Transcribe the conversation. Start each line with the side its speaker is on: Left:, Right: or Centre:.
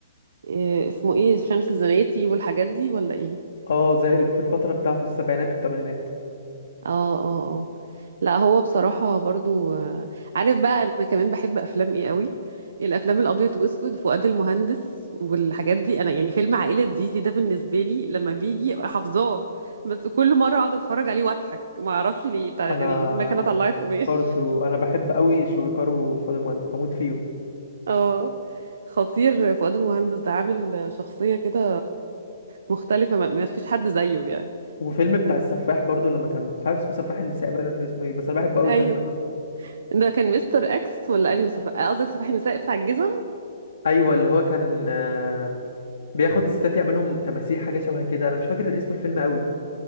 Right: إيه اسمه ايه شمس الزناتي والحاجات دي ولا ايه
Left: اه زي ال- في الفترة بتاعته دي السبعينات والثمانينات
Right: اه اه اه لا هو بصراحه برضو آه، عارف بقى انا كمان بحب افلام ايه قوي الافلام الابيض واسود فؤاد المهندس والحاجات دي انا يعني فيلم عائله زيزي ده بالنسبه لي لما بيجي حافظاه بس كل مره اقعد اتفرج عليه واضحك ما اعرفش ليه بتاع
Left: انا
Right: المكنه طلعت قماش
Left: برضو
Right: <laughs>
Left: انا بحب قوي شويكار وفاضل مهندس بموت فيه
Right: اه خطير فؤاد المهندس ده عامل شخصيه كده مختلفة ما ما فيش حد زيه يعني
Left: وفيلم بتاع السفاح برضو لما كان مش عارف اسمه سفاح النساء بقى ولا اسمه ايه بس انا بحب قوي
Right: ايوه
Left: الفيلم ده برضو
Right: ده كان مستر اكس ولا انهي صفحة قصدك صفاح النساء بتاع الجزم
Left: ايوه اللي هو كان آه، بياخد الستات يعملهم تماثيل حاجه شبه كده انا مش فاكر اسم الفيلم قوي